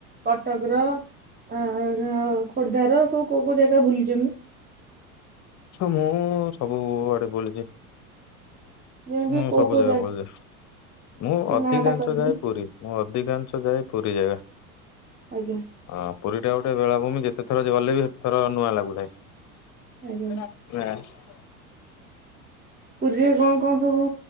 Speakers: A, on the right (about 20°); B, on the left (about 40°).
A: କଟକ ର ଅ ଖୋର୍ଦ୍ଧ ର ସବୁ କୋଉ କୋଉ ଜାଗା ବୁଲିଛନ୍ତି।
B: ମୁଁ ସବୁ ଆଡ଼େ ବୁଲିଛି।
A: ଯେମିତି
B: ମୁଁ
A: କୋଉ
B: ସବୁ
A: କୋଉ
B: ଜାଗା ବୁଲିଛି ମୁଁ
A: ଟିକେ
B: ଅଧିକାଂଶ
A: ନାଁ ଟା କହିଲେ
B: ଯାଏ ପୁରୀ। ମୁଁ ଅଧିକାଂଶ ଯାଏ ପୁରୀ ଜାଗା।
A: ଆଜ୍ଞା
B: ହଁ ପୁରୀ ଟା ଗୋଟେ ବେଳାଭୂମି ଯେତେ ଥର ଗଲେ ବି ସେତେଥର ନୂଆ ଲାଗୁଥାଏ।
A: ଆଜ୍ଞା।
B: <unintelligible>
A: ପୁରୀରେ କଣ କଣ ସବୁ